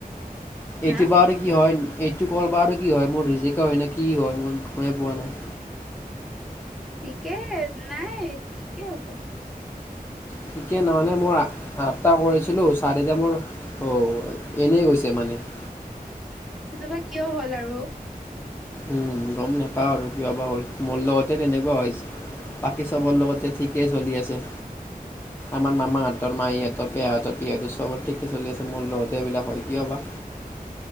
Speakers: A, on the left; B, in the centre.
A: এতি
B: হা
A: বা আৰু কি হয়? এইটো কল বা আৰু কি হয় মোৰ। ৰিজেক্ট হয় নে কি হয়? মই গমে পোৱা নাই।
B: ঠিকে নাই ঠিকেই হ'ব।
A: ঠিকে ন মানে মই আ আঠটা কৰিছিলো চাৰিটা মোৰ অ' এনেই গৈছে মানে। <inaudible>
B: সেইজপা কিয় হ'ল আৰু?
A: উম গম নাপাও আৰু কিয় বা হ'ল মোৰ লগতে তেনেকুৱা হৈ। বাকী চবৰ লগতে ঠিকেই চলি আছে। আমাৰ মামাহঁতৰ, মাহিহঁতৰ, পেহাহঁতৰ, পেহীহঁতৰ সবৰে ঠিকে চলি আছে, মোৰ লগ এইবিলাক হয়, কিয় বা।